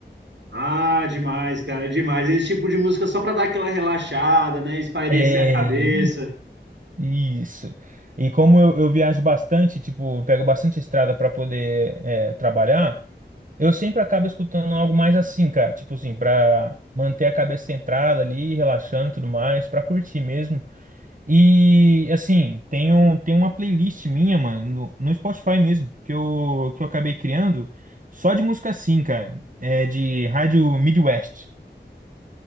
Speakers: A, on the right; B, on the right.
A: Ah, demais, cara, demais. Esse tipo de música só para dar aquela relaxada, né? Espairecer
B: É,
A: a cabeça.
B: Isso. E como eu, eu viajo bastante, tipo, eu pego bastante estrada para poder é, trabalhar, eu sempre acabo escutando algo mais assim, cara, tipo assim, para manter a cabeça centrada ali, relaxando e tudo mais, para curtir mesmo. E assim, tem um, tem uma playlist minha, mano, no, no Spotify mesmo, que eu, que eu acabei criando só de música assim, cara, é de rádio Midwest.